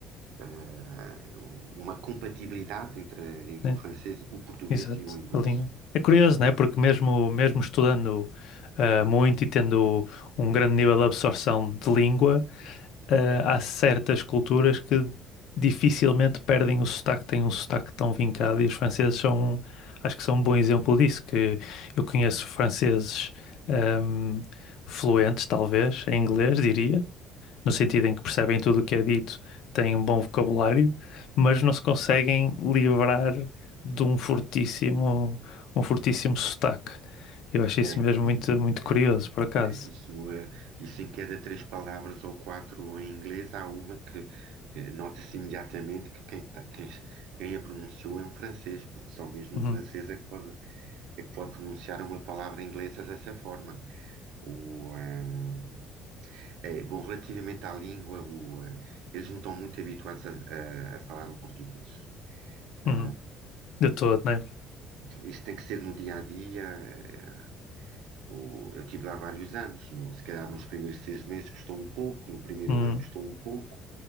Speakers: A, on the right; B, on the left.
A: eh, uma compatibilidade entre, entre
B: né?
A: o francês, o português
B: Exato,
A: e o inglês.
B: a linha. É curioso, né? Porque mesmo, mesmo estudando ah, muito e tendo um grande nível de absorção de língua, ah, há certas culturas que dificilmente perdem o sotaque, têm um sotaque tão vincado, e os franceses são, acho que são um bom exemplo disso, que eu conheço franceses ahm, fluentes, talvez, em inglês, diria, no sentido em que percebem tudo o que é dito, têm um bom vocabulário, mas não se conseguem livrar de um fortíssimo, um fortíssimo sotaque. Eu acho isso
A: É, é,
B: mesmo muito, muito curioso,
A: é.
B: por acaso.
A: É, Isso, eh, isso em cada três palavras ou quatro em inglês há uma que, que nota-se imediatamente que quem, tá- quem, quem a pronunciou é um francês, porque só mesmo
B: Uhum,
A: um francês é que pode, é que pode pronunciar uma palavra inglesa dessa forma. O, eh, é, bom, relativamente à língua, o, eh, eles não estão muito habituados a, a- a falar o português. Eh,
B: uhum, de todo, né?
A: isso tem que ser no dia a dia. eh, o- eu tive lá vários anos. no- se calhar nos primeiros seis meses custou um pouco, no primeiro
B: Uhum,
A: ano custou um pouco.